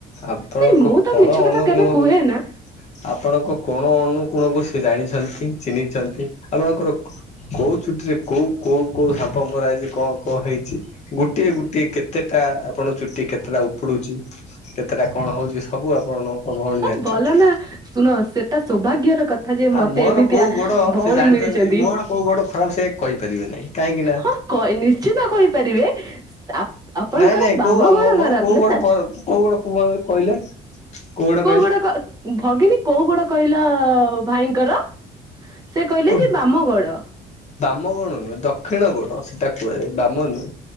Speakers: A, on the left (about 40°); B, on the right (about 20°).
A: ଆପଣଙ୍କ
B: ନାଇଁ ମୁଁ ତ
A: କଣ
B: ମିଛ କଥା
A: ଅନୁକୋଣକୁ
B: କେବେ କୁହେ ନା
A: ଆପଣଙ୍କ କୋଣ ଅନୁକୋଣକୁ ସେ ଜାଣିଛନ୍ତି, ଚିହ୍ନିଛନ୍ତି। ଆପଣଙ୍କର କୋ କୋଉ ଚୁଟିରେ କୋଉ କୋଉ କୋଉ ଶାମ୍ପୋ ମରା ହେଇଛି କଣ କଣ ହେଇଛି ଗୋଟିଏ ଗୋଟିଏ କେତେଟା ଆପଣ ଚୁଟି କେତେଟା ଉପୁଡୁଛି କେ ଏଟା କଣ ହଉଛି? ସବୁ ଆପଣଙ୍କ ଭଉଣୀ
B: ହଁ
A: ଜାଣିଛନ୍ତି।
B: ଭଲ ନା ଶୁଣ ସେଟା ସୌଭାଗ୍ୟ ର କଥା ଯେ
A: ଆଉ
B: ମତେ
A: ମୋର
B: ଏମିତିଆ
A: କୋଉ ଗୋଡ
B: ଭଉଣୀ
A: ସେ ଜାଣିଛନ୍ତି
B: ମିଳିଛନ୍ତି
A: ମୋର କୋଉ ଗୋଡ ଖରାପ ସେ କହିପାରିବେ ନାହିଁ କାହିଁକି ନା
B: ହଁ ନିଶ୍ଚିତ କହିପାରିବେ। ଆ ଆପଣଙ୍କର
A: ନାଇଁ ନାଇଁ
B: ବାମ
A: କୋଉ ଆମ
B: ଗୋଡ ଖରାପ
A: ମୋର କୋଉ
B: ନା
A: ଗୋଟେ କୋଉ ଗୋଟେ କ କହିଲେ କୋଉ ଗୋଡ
B: କୋଉଁ
A: କହିଲେ
B: ଗୋଡା ଭଗିନୀ କୋଉଁ । କୋଟ କହିଲ ଭାଇଙ୍କର। ସେ କହିଲେ
A: ଓ
B: ଯେ ବାମଗଡ।
A: ବାମ ଗୋଡ ନୁହେଁ ଦକ୍ଷିଣ ଗୋଡ଼ ସେଟା କୁହାଏ ବାମ ନୁହେଁ।